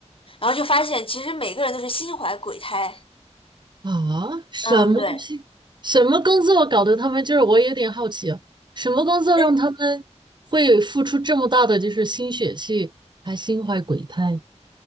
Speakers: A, on the left; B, on the right.
A: 然后就发现其实每个人都是心怀鬼胎，
B: 啊，什么东西？
A: 嗯，对。
B: 什么工作搞得他们就是我有点好奇啊，什么工作让他们会付出这么大的就是心血去，
A: 呃
B: 还心怀鬼胎？